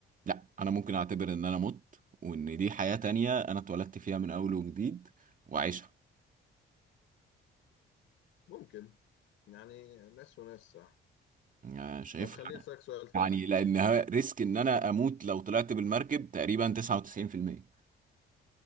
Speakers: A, on the right; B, on the left.
A: لا انا ممكن اعتبر ان انا مت وان دي حياة تانية انا اتولدت فيها من اول وجديد وعيشها
B: ممكن يعني ناس وناس صح
A: يعني شايفها
B: طب خليني اسالك سؤال تاني
A: يعني لانها ريسك ان انا اموت لو طلعت بالمركب تقريبا 99%